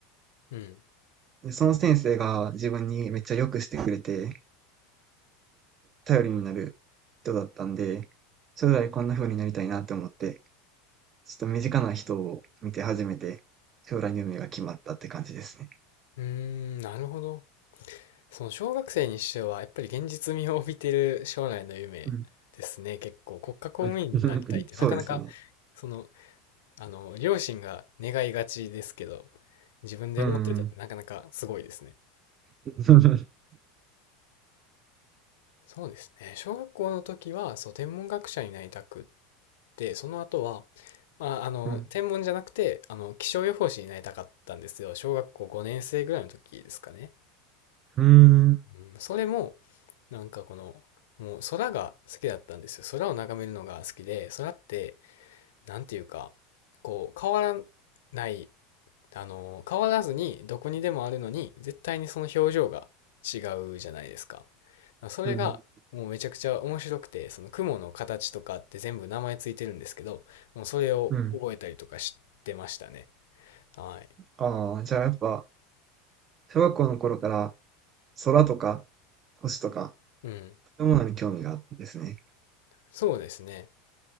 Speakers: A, on the left (about 80°); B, on the right (about 40°).
A: うん。
B: で、その先生が自分にめっちゃ良くしてくれて、頼りになる人だったんで、将来こんな風になりたいなって思って、ちょっと身近な人を見て初めて、将来の夢が決まったって感じですね。
A: うーん、なるほど。その小学生にしては、やっぱり現実味を帯びてる将来の夢ですね。
B: うん。
A: 結構、国家公務員になりたいって、
B: うん <laughs> そうですね。
A: なかなか、その、あの、両親が願いがちですけど、自分で思ってたってなかなかすごいですね。
B: うん。<laughs>
A: そうですね。小学校の時は、そう、天文学者になりたくって、その後は、まあ、あの、
B: うん。
A: 天文じゃなくて、あの、気象予報士になりたかったんですよ。小学校5年生ぐらいの時ですかね。
B: うん。
A: うんそれも、なんかこの、もう空が好きだったんですよ。空を眺めるのが好きで、空って、なんていうか、こう、変わらない、あの、変わらずにどこにでもあるのに、絶対にその表情が違うじゃないですか。それが、
B: うん。
A: もうめちゃくちゃ面白くて、その雲の形とかって全部名前ついてるんですけど、もうそれを覚えたりとかしてましたね。
B: うん。
A: はい。
B: ああ、じゃあやっぱ、小学校の頃から空とか星とか、
A: うん。
B: そういうものに興味があったんですね。
A: そうですね。